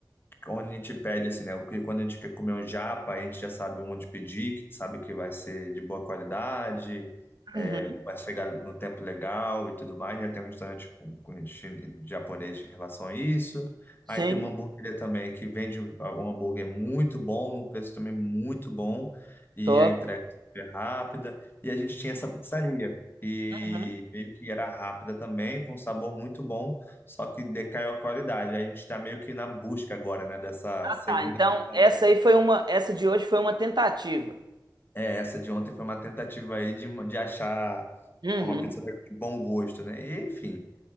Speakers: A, on the left; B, on the right.
A: Onde a gente pede, assim, né? Porque Quando a gente quer comer um japa, a gente já sabe onde pedir, que sabe que vai ser de boa qualidade, é,
B: Uhum.
A: vai chegar no tempo legal e tudo mais. Já tem um restaurante com, com chi- japonês em relação a isso.
B: Sim,
A: Aí tem uma hamburgueria também que vende um um hambúrguer muito bom, num preço também muito bom, e
B: top.
A: a entrega é super rápida. E a gente tinha essa pizzaria, e
B: Uhum.
A: meio que era rápida também, com sabor muito bom. Só que decaiu a qualidade. A gente está meio que na busca agora, né, dessa segunda
B: Tá, então
A: pizzaria.
B: essa
A: aí.
B: aí foi uma, essa de hoje foi uma tentativa.
A: É, essa de ontem foi uma tentativa aí de, de achar
B: Uhum.
A: uma pizzaria de bom gosto, né? E, enfim.